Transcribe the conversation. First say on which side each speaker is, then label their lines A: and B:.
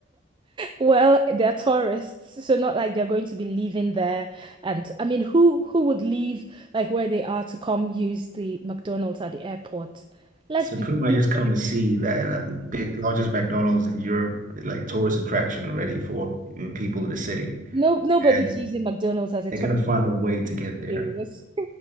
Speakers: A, on the right; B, on the right.
A: Well, they're tourists, so not like they're going to be leaving there. And I mean, who who would leave like where they are to come use the McDonald's at the airport? Let's
B: So
A: be
B: pretty much
A: serious.
B: just come to see that uh, big largest McDonald's in Europe, eh, like tourist attraction already for people in the city,
A: No, nobody's
B: and
A: using McDonald's as a
B: they're
A: tourist.
B: gonna find a way to
A: Let's
B: get
A: be
B: there.
A: serious.